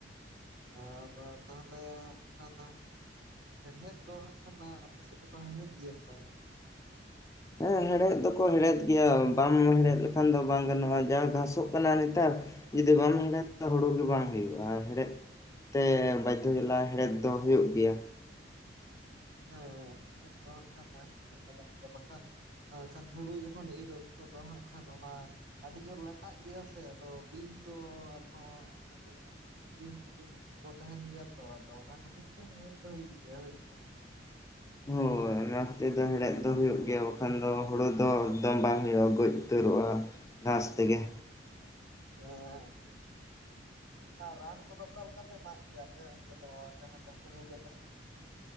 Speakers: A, on the right; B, on the left.
A: ᱟᱫᱚ ᱛᱟᱦᱞᱮ ᱚᱱᱟᱫ ᱦᱮᱲᱦᱮᱫ ᱫᱚ ᱦᱟᱜ ᱠᱷᱟᱱ ᱟᱯᱮ ᱥᱮᱫ ᱫᱚᱠᱚ ᱦᱮᱲᱦᱮᱫ ᱜᱮᱭᱟ ᱥᱮ ᱵᱟᱝ?
B: ᱦᱮᱸ ᱦᱮᱲᱦᱮᱫ ᱫᱚᱠᱚ ᱦᱮᱲᱦᱮᱫ ᱜᱮᱭᱟ, ᱵᱟᱢ ᱦᱮᱲᱦᱮᱫ ᱞᱮᱠᱷᱟᱱ ᱫᱚ ᱵᱟᱝ ᱜᱟᱱᱚᱜᱼᱟ ᱡᱟ ᱜᱷᱟᱥᱚᱜ ᱠᱟᱱᱟ ᱱᱮᱛᱟᱨ ᱡᱩᱫᱤ ᱵᱟᱢ ᱦᱮᱲᱦᱮᱫᱟᱱ ᱦᱩᱲᱩ ᱜᱮ ᱵᱟᱝ ᱦᱩᱭᱩᱜᱼᱟ ᱟᱨ ᱦᱮᱲᱦᱮᱫ ᱛᱮ ᱵᱟᱫᱽᱫᱷᱚ ᱡᱟᱞᱟ ᱦᱮᱲᱦᱮᱫ ᱫᱚ ᱦᱩᱭᱩᱜ ᱜᱮᱭᱟ‌ ᱾
A: ᱦᱮᱸ ᱦᱮᱡ ᱫᱚᱟᱜ ᱠᱟᱱᱟ ᱦᱮᱡ ᱞᱟᱜᱟᱜ ᱜᱮᱭᱟ ᱵᱟᱠᱷᱟᱱ ᱠᱷᱟᱱ ᱦᱩᱲᱩ ᱡᱚᱠᱷᱚᱱ ᱤᱨ ᱚᱠᱛᱚ ᱫᱚ ᱦᱟᱸᱜ ᱠᱷᱟᱱ ᱚᱱᱟ ᱟᱹᱰᱤ ᱡᱳᱨ ᱞᱟᱴᱟᱜ ᱜᱮᱭᱟ ᱥᱮ ᱟᱫᱚ ᱵᱤᱧ ᱠᱚ ᱟᱨᱦᱚᱸ <unintelligible> ᱵᱤᱧ ᱠ ᱵᱤᱧ ᱠᱚ ᱛᱟᱦᱮᱱ ᱜᱮᱭᱟ ᱛᱚ ᱟᱫᱚ ᱚᱱᱟ ᱠᱷᱟᱹᱛᱤᱨ ᱛᱮ ᱦᱮᱲᱦᱮᱫ ᱫᱚ ᱦᱩᱭᱩᱜ ᱜᱮᱭᱟ ᱦᱩᱭᱥᱮ ᱾
B: ᱦᱟᱭ ᱾ ᱚᱱᱟ ᱠᱷᱟᱹᱛᱤᱨ ᱫᱚ ᱦᱮᱲᱦᱮᱫ ᱫᱚ ᱦᱩᱭᱩᱜ ᱜᱮᱭᱟ ᱵᱟᱠᱷᱟᱱ ᱫᱚ ᱦᱳᱲᱳ ᱫᱚ ᱮᱠᱫᱚᱢ ᱵᱟᱝ ᱦᱩᱭᱩᱜᱼᱟ, ᱜᱚᱡ ᱩᱛᱟᱹᱨᱚᱜᱼᱟ ᱾ ᱜᱷᱟᱥ ᱛᱮᱜᱮ᱾
A: ᱦᱮᱸ ᱟᱨ ᱨᱟᱱ ᱠᱚᱫᱚ ᱚᱠᱟ ᱞᱮᱠᱟ ᱯᱮ ᱮᱢᱟᱜ ᱜᱮᱭᱟ ᱯᱮ ᱚᱱᱛᱮ ᱫᱚ ᱡᱟᱦᱟᱸ ᱫᱚ ᱦᱩᱲᱩ ᱨᱮᱫᱚ?